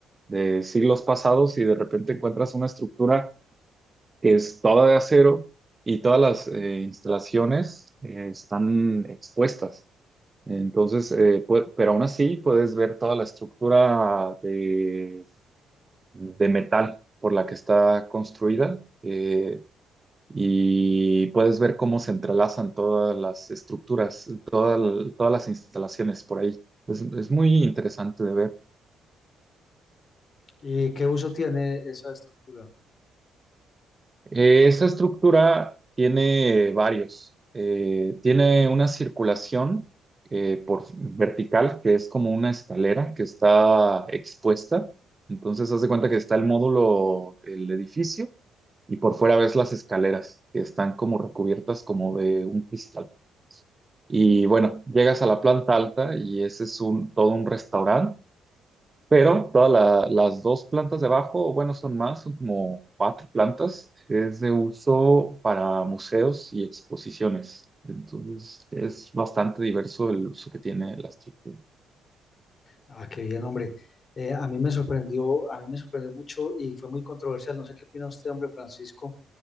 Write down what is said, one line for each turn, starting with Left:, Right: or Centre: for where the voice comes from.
Right: de siglos pasados, y de repente encuentras una estructura que es toda de acero y todas las eh, instalaciones eh, están expuestas. Entonces, eh, pue- pero aún así puedes ver toda la estructura de, de metal por la que está construida eh, y puedes ver cómo se entrelazan todas las estructuras, toda- todas las instalaciones por ahí. Es, es muy interesante de ver.
Left: ¿Y qué uso tiene esa estructura?
Right: Eh, esta estructura tiene varios. Eh, tiene una circulación eh, por vertical, que es como una escalera que está expuesta. Entonces, haz de cuenta que está el módulo del edificio y por fuera ves las escaleras que están como recubiertas como de un cristal. Y bueno, llegas a la planta alta y ese es un, todo un restaurante pero todas la- las dos plantas de abajo, o bueno, son más, son como cuatro plantas, es de uso para museos y exposiciones. Entonces, es bastante diverso el uso que tiene la estructura.
Left: Ah, qué bien, hombre. Eh, a mí me sorprendió, a mí me sorprendió mucho y fue muy controversial. No sé qué opina usted, hombre Francisco,